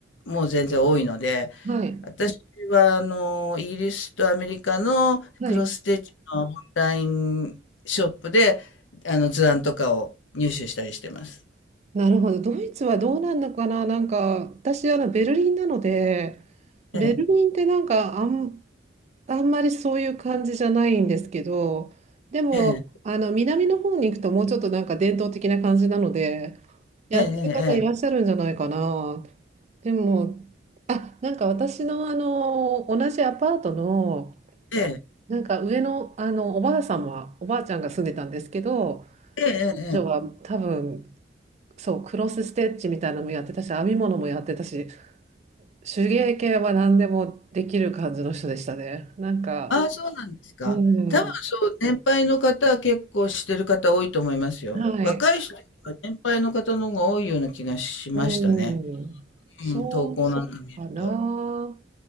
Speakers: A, on the left; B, on the right.
A: もう全然多いので、
B: はい。
A: 私はあの、イギリスとアメリカのクロスステッチのオンラインショップで、
B: はい。
A: あの、図案とかを入手したりしてます。
B: なるほど。ドイツはどうなんのかななんか、私、あの、ベルリンなので、ベルリンってなんか、
A: ええ、
B: あん、あんまりそういう感じじゃないんですけど、でも、
A: ええ、
B: あの、南の方に行くともうちょっとなんか伝統的な感じなので、やってる方いらっしゃるんじゃないかな。
A: ええ、
B: でも、あ、なんか私のあの、同じアパートの、
A: ええ、ええ、
B: なんか上の、あの、おばあさんは、おばあちゃんが住んでたんですけど、
A: ええ、ええ、
B: 彼女は多分、
A: ええ
B: そう、クロスステッチみたいなのもやってたし、編み物もやってたし、手芸系は何でもできる感じの人でしたね。なんか、
A: ああ、そうなんですか。
B: うん。
A: 多分そう、年配の方は結構してる方多いと思いますよ。
B: はい。
A: 若い人よりは年配の方の方が多いような気がしましたね。
B: うん、そうかな。
A: うん、投稿なんか見ると。